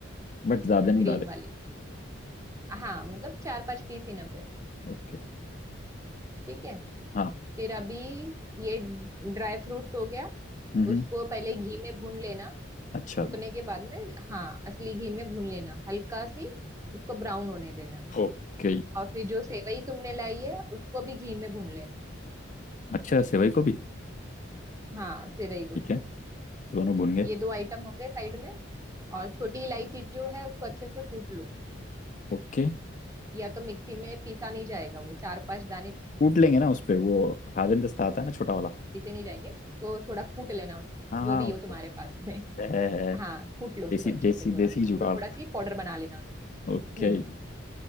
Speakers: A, on the left; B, on the right.
A: बट ज्यादा नहीं
B: ग्रीन
A: डालेगा
B: वाली हाँ मतलब चार पांच पीस इनफ है
A: ओके
B: ठीक है
A: हाँ
B: फिर अभी ये ड्राई फ्रूट्स हो गया
A: हम्म हम्म,
B: उसको पहले घी में भून लेना
A: अच्छा
B: सूखने के बाद में हाँ असली घी में भून लेना हल्का सी उसको ब्राउन होने देना
A: ओके
B: और फिर जो सेवई तुमने लाई है उसको भी घी में भून लेना
A: अच्छा सेवई को भी
B: हाँ सेवई को
A: ठीक
B: भी
A: है दोनों भून गए
B: ये दो आइटम हो गए साइड में और छोटी इलायची जो है उसको अच्छे से कूट लो
A: ओके
B: या तो मिक्सी में पीसा नहीं जाएगा वो चार पांच दाने
A: कूट लेंगे ना उस पे वो हावेन दस्ता आता है ना छोटा वाला
B: पीसे नहीं जाएंगे तो थोड़ा कूट लेना उसको
A: हाँ
B: जो
A: हाँ
B: भी
A: उस
B: हो तुम्हारे
A: पे।
B: पास में
A: है
B: <laughs>
A: है है।
B: हाँ कूट लो उसको
A: देसी
B: अच्छे
A: देसी
B: से थोड़ा
A: देसी जुगाड़
B: तो थोड़ा सी पाउडर बना लेना उसको
A: ओके
B: हम्म
A: हम्म